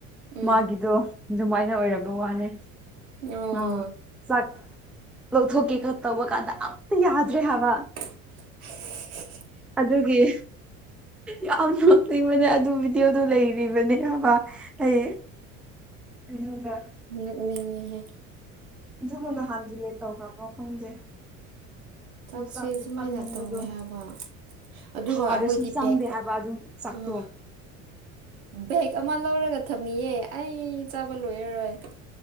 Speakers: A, on the right; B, in the centre.
A: ꯎꯝ
B: ꯃꯥꯒꯤꯗꯣ ꯑꯗꯨꯃꯥꯏꯅ ꯑꯣꯏꯔꯝ ꯕꯥ ꯋꯥꯅꯦ
A: ꯑꯣ
B: ꯑꯥ ꯆꯛ ꯂꯎꯊꯣꯀꯦ ꯇꯧꯕꯀꯥꯟꯗ ꯑꯠꯇ ꯌꯥꯗ꯭ꯔꯦ ꯍꯥꯏꯕ
A: <inaudible>
B: ꯑꯗꯨꯒꯤ ꯌꯥꯝ ꯅꯣꯛꯅꯤꯡꯕꯅꯦ ꯑꯗꯨ ꯚꯤꯗꯤꯑꯣꯗꯨ ꯂꯩꯔꯤꯕꯅꯦ ꯍꯥꯢꯔꯕꯥ ꯑꯩ ꯑꯩꯉꯣꯟꯗ
A: ꯅꯣꯛꯅꯤꯡꯉꯤꯍꯦ
B: ꯑꯗꯨꯒ ꯅꯍꯥꯟ ꯗꯤꯂꯦꯠ ꯇꯧꯈ꯭ꯔꯕ ꯈꯪꯗꯦ
A: ꯆꯥꯛꯁꯦ
B: ꯑꯗꯨ ꯆꯥꯛꯇꯨ
A: ꯁꯨꯃꯥꯏꯅ
B: ꯀꯟꯃꯟꯕꯗꯣ
A: ꯇꯧꯋꯦ ꯍꯥꯏꯕ ꯑꯗꯨꯒ
B: ꯊꯥꯔꯁꯨ
A: ꯑꯩꯈꯣꯏꯗꯤ
B: ꯆꯪꯗꯦ
A: ꯕꯦꯒ
B: ꯍꯥꯏꯕ ꯑꯗꯨ ꯆꯥꯛꯇꯣ
A: ꯑꯥ ꯕꯦꯛ ꯑꯃ ꯂꯧꯔꯒ ꯊꯝꯃꯤꯌꯦ ꯑꯩ ꯆꯥꯕ ꯂꯣꯏꯔꯔꯣꯏ